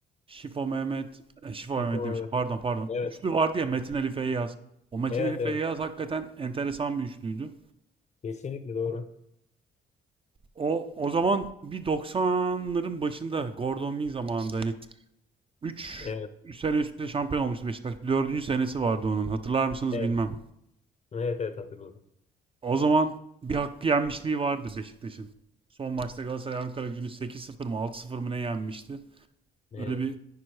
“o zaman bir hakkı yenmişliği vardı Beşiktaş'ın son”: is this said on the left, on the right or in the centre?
Right